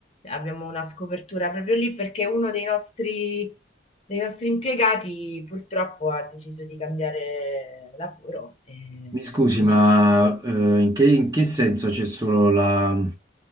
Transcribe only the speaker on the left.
Abbiamo una scopertura proprio lì perché uno dei nostri, dei nostri impiegati purtroppo ha deciso di cambiare lavoro, e
così.